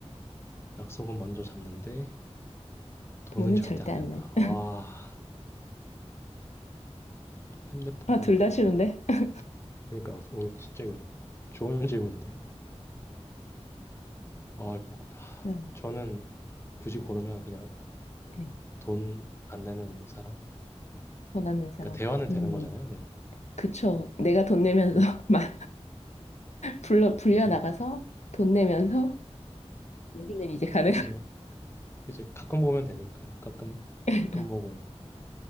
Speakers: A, on the left; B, on the left.
A: 약속은 먼저 잡는데 돈은
B: 돈은
A: 절대
B: 절대
A: 안
B: 안
A: 낸다.
B: 내.
A: 와.
B: <laughs>
A: 핸드폰만
B: 아, 둘
A: 본
B: 다 싫은데?
A: 사람.
B: <laughs>
A: 그러니까 오, 진짜 이거 좋은 질문인데요. 어, 뭐,
B: 아,
A: 저는 굳이 고르면 그냥
B: 네.
A: 돈 안 내는 사람.
B: 돈 안 낸 사람.
A: 그러니까 대화는 되는
B: 음,
A: 거잖아요. 네,
B: 그쵸. 내가 돈 내면서
A: 네,
B: <laughs> 마- 불러, 불려
A: 그죠,
B: 나가서 돈 내면서 여기는 이제 가능요
A: 그죠. 이제 가끔 보면 되니까요. 가끔
B: <laughs>
A: 가끔 보고